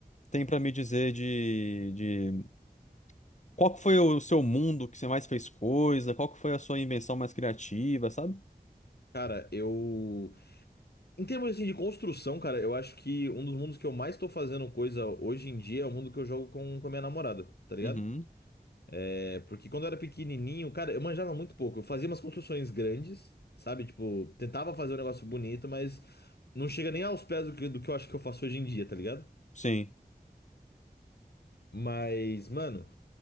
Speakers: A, on the left (about 45°); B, on the left (about 85°).
A: tem pra me dizer de, de... Qual que foi o seu mundo que você mais fez coisa? Qual que foi a sua invenção mais criativa, sabe?
B: Cara, eu. Em termos assim, de construção, cara, eu acho que um dos mundos que eu mais tô fazendo coisa hoje em dia é o mundo que eu jogo com, com a minha namorada, tá ligado?
A: Uhum.
B: É, porque quando eu era pequenininho, cara, eu manjava muito pouco. Eu fazia umas construções grandes, sabe? Tipo, tentava fazer um negócio bonito, mas não chega nem aos pés do que, do que eu acho que eu faço hoje em dia, tá ligado?
A: Sim,
B: Mas, mano,